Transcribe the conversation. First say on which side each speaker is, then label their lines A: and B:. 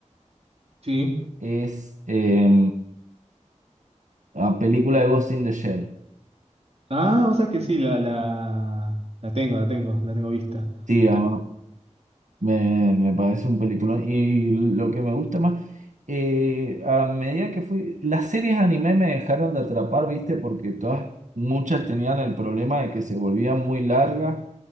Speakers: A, on the right; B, on the right.
A: Sí.
B: es eh, la película de Ghost in the Shell.
A: Ah, o sea que sí, la, la, la tengo, la tengo, la tengo vista.
B: Sí, ah, Me, me parece un peliculón Y lo que me gusta más, eh, a medida que fui, las series anime me dejaron de atrapar, ¿viste? Porque todas, muchas tenían el problema de que se volvían muy largas